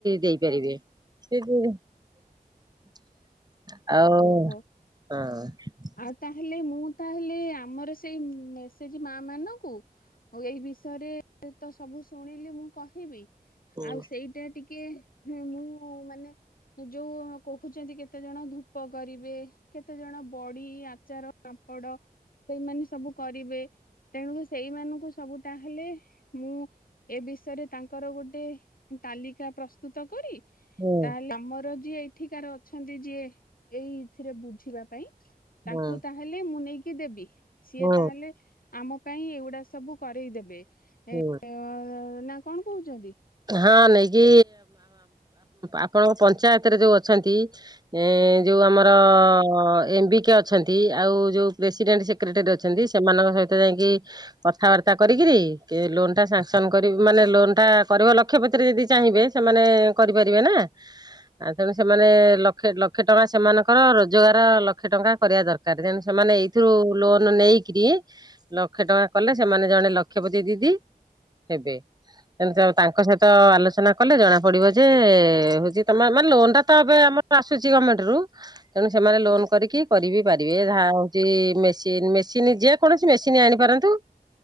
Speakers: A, on the right (about 25°); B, on the left (about 65°).
A: ଦେଇପାରିବେ। ସିଏ କୋଉଠୁ ଆଉ
B: ଓହୋ
A: ହଁ।
B: ଆଉ ତାହେଲେ ମୁଁ ତାହେଲେ ଆମର ସେଇ ମେ ସେ ଜି ମା ମାନଙ୍କୁ ହଉ ଏଇ ବିଷୟରେ ତ ସବୁ ଶୁଣିଲି ମୁଁ କହିବି
A: ହୁଁ
B: ଆଉ ସେଇ ଯେ ଟିକେ ମୁଁ ମାନେ ଯୋଉ କହୁଛନ୍ତି କେତେ ଜଣ ଧୂ କଣ କରିବେ କେତେ ଜଣ ବଢ଼ି ଆଚାର ପାମ୍ପଡ ସେଇମାନେ ସବୁ କରିବେ ତେଣୁକି ସେଇମାନଙ୍କୁ ସବୁ ତାହେଲେ ମୁଁ ଏ ବିଷୟରେ ତାଙ୍କର ଗୋଟେ ତାଲିକା ପ୍ରସ୍ତୁତ କରି
A: ହୁଁ
B: ତାହେଲେ ଆମର ଯିଏ ଏଠିକାର ଅଛନ୍ତି ଯିଏ। ଏଇଥିରେ ବୁଝିବା ପାଇଁ
A: ହୁଁ
B: ତାଙ୍କୁ ତାହେଲେ ମୁଁ ନେଇକି ଦେବି। ସିଏ
A: ହୁଁ
B: ତାହେଲେ ଆମ ପାଇଁ ଏଗୁଡା ସବୁ କରେଇଦେବେ।
A: ହୁ।
B: ତ ନା କଣ କହୁଛନ୍ତି?
A: ହଁ ନେଇକି ଆପଣଙ୍କ ପଞ୍ଚାୟତରେ ଯୋଉ ଅଛନ୍ତି। ଏ ଯୋଉ ଆମର ଏମବିକେ ଅ ଅଛନ୍ତି ଆଉ ଯୋଉ ପ୍ରେସିଡେଣ୍ଟ ସେକ୍ରେଟାରୀ ଅଛନ୍ତି ସେମାନଙ୍କ ସହିତ ଯାଇକି କଥାବାର୍ତ୍ତା କରିକିରି ଲୋନ ଟା ସାଙ୍କସନ କରିବି ମାନେ ଲୋନ ଟା କରିବ ଲକ୍ଷ୍ୟ ପତିରେ ଯଦି ଚାହିଁବେ ସେମାନେ କରିପାରିବେ ନାଁ। ଆଁ ତେଣୁ ସେମାନେ ଲକ୍ଷେ ଲକ୍ଷେ ଟଙ୍କା ସେମାନଙ୍କର ରୋଜଗାର ଲକ୍ଷେ ଟଙ୍କା କରିବା ଦର <unintelligible> ସେମାନେ ଏଇଥିରୁ ଲୋନ ନେଇକିରି ଲକ୍ଷେ ଟଙ୍କା କଲେ ସେମାନେ ଜଣେ ଲକ୍ଷପତି ଦିଦି ହେବେ। ଏମିତି ତାଙ୍କ ସହିତ ଆଲୋଚନା କଲେ ଜଣା ପଡିବ ଯେ ହଉଛି ତମ ମାନେ ଲୋନ ଟା ତ ଏବେ ଆମ ଆସୁଛି ଗମେଣ୍ଟ ରୁ। ତେଣୁ ସେମାନେ ଲୋନ କରିକି। କରିିବି ପାରିବେ ଯାହା ହଉଛି ମେସିନ ମେସିନ୍ ଯେ କୌଣସି ମେସିନ୍ ଆଣିପାରନ୍ତୁ